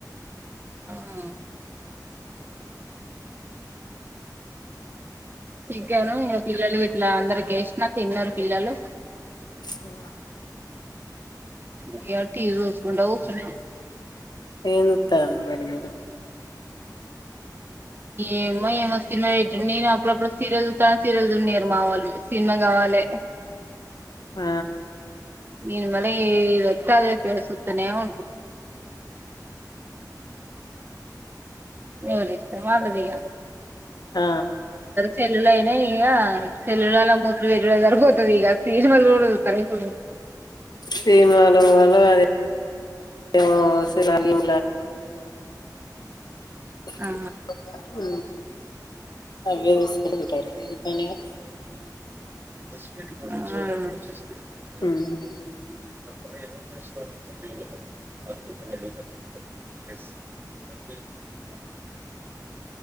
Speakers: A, on the right; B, on the left.
A: అహ్ హూ చికెన్ ఇగ పిల్లలు గిట్ల అందరికి ఏసిన తిన్నారు పిల్లలు.
B: ఆ
A: ఇగ టీవీ చూసుకుంటా కూసున
B: ఏం చూతర్ర్ మరి మీరు
A: ఏమో ఎమో సినిమా పెట్టిండు నేను అప్పుడప్పుడు సీరియల్ చూత అంటే సీరియల్ చూడనియరు మా వొళ్ళు. సినిమా కావాలే
B: ఆ
A: ఇని మనే ఏది వతే అది సుతానే ఉంట్రు ఎవలి ఇష్టం వాళ్లదిగా.
B: ఆ
A: సేల్లులయినా ఇక సేల్లులలో ముద్దులు పెట్ డే జరిపోతది ఇక సినుమాలు కూడా చూతరా ఇప్పుడు.
B: సినిమాలో వాళ్ళు అదే ఏమో వాసుల నీవు <unintelligible>
A: ఆ
B: ఉమ్ అవే చూసుకుంటూ ఉంటారు ఇకానిగా
A: ఆ
B: ఉమ్
A: <unintelligible>
B: ట